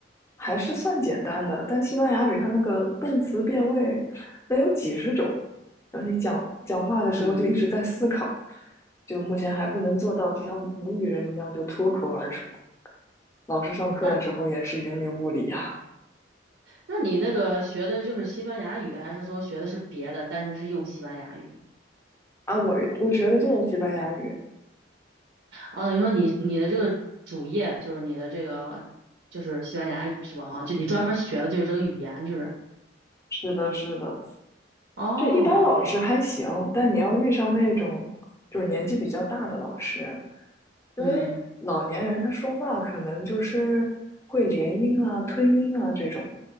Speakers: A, on the left; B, on the right.
A: 还是算简单的，但西班牙语它那个动词变位得有几十种，然后你讲讲话的时候就一直在思考，
B: 嗯，
A: 就目前还不能做到，就像母语人一样就脱口而出。老师上课的时候也是云里雾里呀、
B: 那那你那个学的就是西班牙语，还是说学的是别的，但是是用西班牙语？
A: 啊，我我学的就是西班牙语，
B: 哦，你说你你的这个主业就是你的这个就是西班牙语是吧？哈，就你专门学的就是这个语言是不是？
A: 是的，是的，
B: 哦，
A: 这一般老师还行，但你要遇上那种就是年纪比较大的老师，因为老年人他说话可能就是会连音啊、
B: 嗯
A: 吞音啊这种，